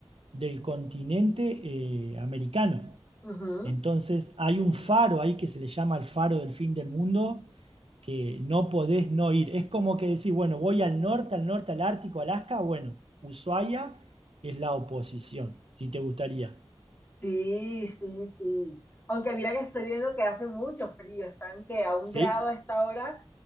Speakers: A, on the right; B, on the left.
A: del continente eh, americano.
B: Ujú.
A: Entonces hay un faro ahí que se le llama el faro del fin del mundo, que no podés no ir. Es como que decís, bueno, voy al norte, al norte, al Ártico, Alaska, bueno, Ushuaia es la oposición, si te gustaría.
B: Sí, sí, sí. Aunque mira que estoy viendo que hace mucho frío, están que a un
A: ¿Sí?
B: grado a esta hora